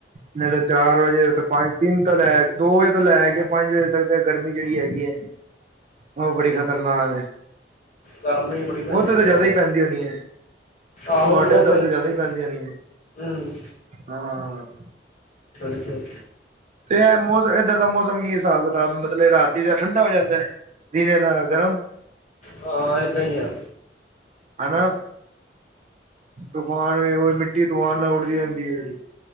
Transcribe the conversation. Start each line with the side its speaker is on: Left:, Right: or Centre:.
Right: ਨਹੀਂ ਤਾਂ ਚਾਰ ਵਜੇ, ਪੰਜ, ਤਿੰਨ ਤੋਂ ਲੈ ਕੇ, ਦੋ ਵਜੇ ਤੋਂ ਲੈ ਕੇ, ਪੰਜ ਵਜੇ ਤੱਕ ਤਾਂ ਗਰਮੀ ਜਿਹੜੀ ਹੈਗੀ ਏ ਉਹ ਬੜੀ ਖ਼ਤਰਨਾਕ ਏ।
Left: ਗਰਮੀ ਬੜੀ ਪੈਂਦੀ
Right: ਉਥੇ ਤਾਂ
Left: ਆ
Right: ਜਿਆਦਾ
Left: ਉਹ।
Right: ਹੀ ਪੈਂਦੀ ਹੋਣੀ ਏ,
Left: ਆਹੋ
Right: ਤੁਹਾਡੇ
Left: ਬਹੁਤ
Right: ਉੱਧਰ ਤਾਂ ਜਿਆਦਾ ਹੀ ਪੈਂਦੀ ਹੋਣੀ।
Left: ਆ। ਹੂੰ
Right: ਹਾਂ
Left: ਬਿਲਕੁਲ,
Right: ਤੇ ਇਹ ਮੌਸਮ, ਏਧਰ ਦਾ ਮੌਸਮ ਕੀ ਹਿਸਾਬ- ਕਿਤਾਬ, ਮਤਲਬ ਰਾਤੀ ਦਾ ਠੰਡਾ ਹੋ ਜਾਂਦਾ। ਦਿਨੇ ਦਾ ਗਰਮ।
Left: ਹਾਂ, ਏਦਾਂ ਹੀ ਆ।
Right: ਹਨਾਂ। ਤੂਫਾਨ ਵੀ ਉਹ, ਮਿੱਟੀ ਤੂਫਾਨ ਨਾਲ ਉੱਡਦੀ ਰਹਿੰਦੀ ਹੈ ਜਿਹੜੀ।